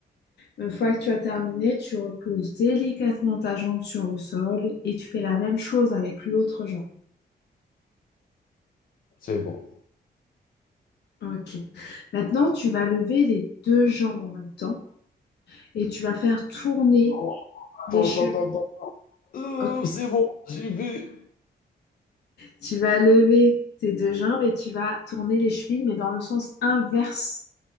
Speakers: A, on the left; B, on the left.
A: Une fois que tu as terminé, tu reposes délicatement ta jambe sur le sol et tu fais la même chose avec l'autre jambe.
B: C'est bon.
A: Ok. Maintenant, tu vas lever les deux jambes en même temps et tu vas faire tourner
B: Oh, attends,
A: les chevilles.
B: attends, attends. attends. Euh,
A: Ok.
B: c'est bon, j'y vais.
A: Tu vas lever tes deux jambes et tu vas tourner les chevilles, mais dans le sens inverse